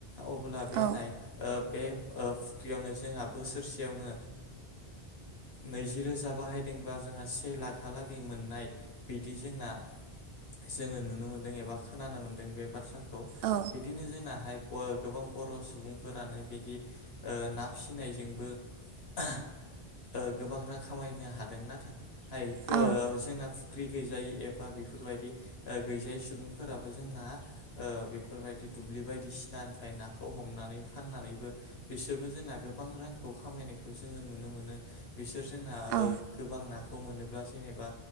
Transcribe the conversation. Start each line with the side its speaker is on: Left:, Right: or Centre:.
Left: अब्ला बे
Right: औ
Left: नाया ओं बे ओ फुख्रियावनो जोंहा बोसोरसेयावनो नैजि रोजा बाहायदोंबा जोंहा से लाखहालागै मोननाय बिदि जोंना जोङो नुनो मोनदों एबा खोनानो मोनदों बे बाथ्राखौ खौ
Right: औ
Left: बिदिनो जोंनाहाय गोबां बर' सुबुंफोरानो बिदि ओ ना फिसिनायजोंबो ओ गोबां रां खामायनो हादोंना। <unintelligible>
Right: औ
Left: जोंहा फुख्रि गैजायै एबा बेफोरबायदि ओ गैजायै सुबुंफोराबो जोंना ओ बेफोरबायदि दुब्लि बायदि सिनानिफ्राय नाखौ हमनानै फाननानैबो बिसोरबो जोंना गोबां रांखौ खामायनायखौ जोङो नुनो मोनो बिसोर सोर जोंना
Right: औ
Left: ओ नाखौ मोनोब्ला जेनेबा